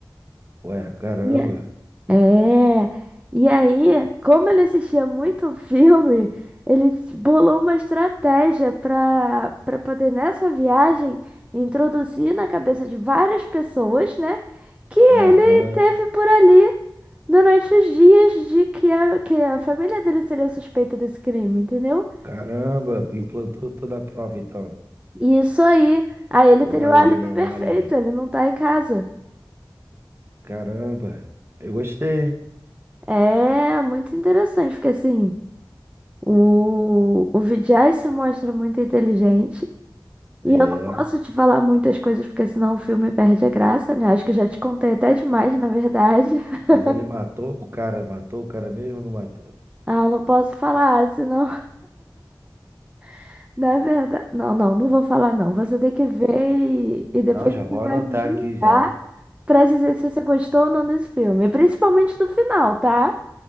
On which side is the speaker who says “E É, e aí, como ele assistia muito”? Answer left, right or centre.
Right